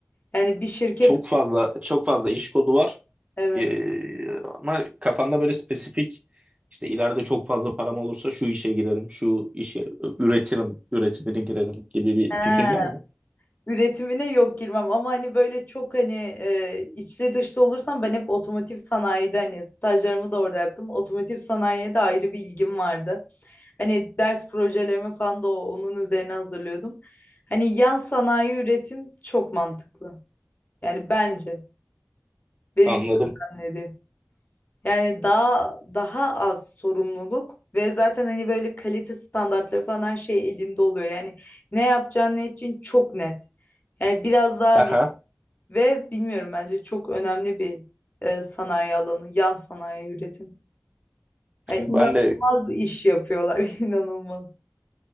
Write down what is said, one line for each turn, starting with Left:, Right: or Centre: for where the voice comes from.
Left: yani bir şirket
Right: Çok fazla çok fazla iş kolu var.
Left: evet
Right: Ee, ama kafanda böyle spesifik işte ileride çok fazla param olursa şu işe girerim, şu işe üretirim, üretimine girerim gibi bir
Left: He,
Right: fikrin var mı?
Left: üretimine yok girmem ama hani böyle çok hani e, içli dışlı olursam ben hep otomotiv sanayide hani stajlarımı da orada yaptım. Otomotiv sanayiye de ayrı bir ilgim vardı. Hani ders projelerimi falan da o- onun üzerine hazırlıyordum. Hani yan sanayi üretim çok mantıklı. Yani bence benim
Right: Anladım.
Left: gözlemlediğim. Yani daha daha az sorumluluk ve zaten hani böyle kalite standartları falan her şey elinde oluyor. Yani ne yapacağın ne için çok net. Yani biraz daha
Right: Aha.
Left: ra- ve bilmiyorum bence çok önemli bir e, sanayi alanı, yan sanayi üretim. Yani inanılmaz
Right: Ben de
Left: iş yapıyorlar, <laughs> inanılmaz.